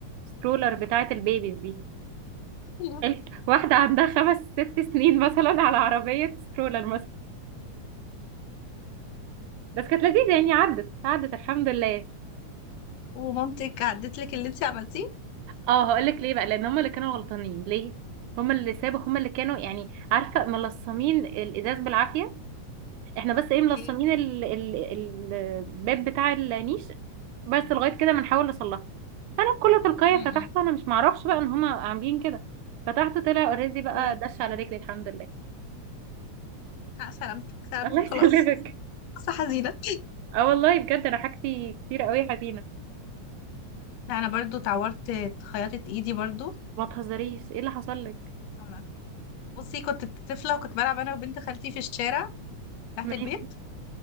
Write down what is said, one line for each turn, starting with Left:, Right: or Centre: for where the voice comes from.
Right: السترولر بتاعة البيبيز دي
Left: حلو.
Right: ال- واحدة عندها خمس ست سنين مثلا على عربية سترولر مثلا بس كانت لذيذة يعني عدت عدت الحمد لله
Left: ومامتك عدت لك اللي انت عملتيه
Right: اه هقولك ليه بقى لان هم اللي كانوا غلطانين ليه هم اللي سابوا هم اللي كانوا يعني عارفه ملصمين الازاز بالعافيه احنا بس
Left: اوكي
Right: ايه ملصمين ال- ال- ال- الباب بتاع النيش بس لغايه كده بنحاول نصلحه انا بكل تلقائيه
Left: امم
Right: فتحته انا مش معرفش بقى ان هم عاملين كده فتحته طلع اوريدي بقى
Left: اوكي
Right: دش على رجلي الحمد لله
Left: آه، سلامتك سلامتك
Right: <laughs> الله يسلمك
Left: خلاص قصة حزينة
Right: اه والله بجد انا حاجتي كتير قوي يا حزينه
Left: انا برضو اتعورت خياطة ايدي برضو
Right: ما تهزريش ايه اللي حصل لك
Left: والله. بصي كنت طفلة وكنت بلعب انا وبنت خالتي في الشارع تحت
Right: ماشي
Left: البيت